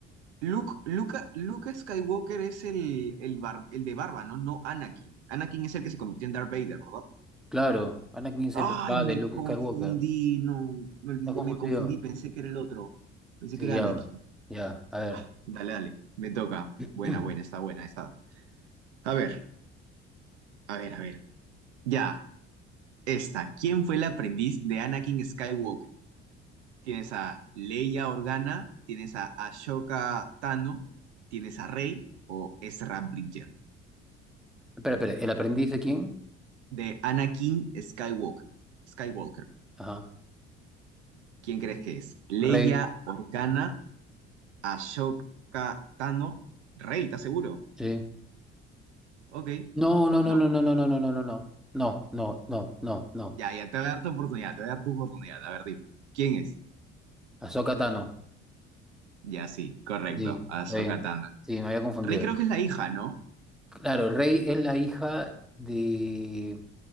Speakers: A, on the right; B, in the centre.
A: Luke, Luca, Luke Skywalker es el, el, bar- el de barba, ¿no? No Anakin. Anakin es el que se convirtió en Darth Vader, ¿verdad?
B: Claro, Anakin es
A: Ay,
B: el papá
A: me
B: de Luke
A: confundí,
B: Skywalker.
A: no, me olvidé,
B: ¿Estás confundido?
A: me confundí, pensé que era el otro. Pensé
B: Sí,
A: que era
B: ya,
A: Anakin.
B: ya, a ver.
A: Ah, dale, dale, me toca.
B: <clears throat>
A: Buena, buena, está buena esa. A ver, a ver, a ver. Ya, esta. ¿Quién fue el aprendiz de Anakin Skywalker? Tienes a Leia Organa, tienes a Ashoka Tano, tienes a Rey o Ezra Bridger.
B: Espera, espera, ¿el aprendiz de quién?
A: de Anakin Skywalker. Skywalker.
B: Ajá.
A: ¿Quién crees que es? Leia,
B: Rey,
A: Organa, Ashoka, Tano, Rey, ¿estás seguro?
B: sí.
A: Ok,
B: No, no, no,
A: no.
B: no, no, no, no, no, no, no, no. No, no, no, no, no.
A: Ya, ya te voy a dar tu oportunidad, te voy a dar tu oportunidad. A ver, dime. ¿Quién es?
B: Ahsoka Tano.
A: Ya, sí, correcto.
B: Sí,
A: Ashoka
B: está bien.
A: Tano.
B: Sí, me había confundido.
A: Rey creo que es la hija, ¿no?
B: Claro, Rey es la hija de,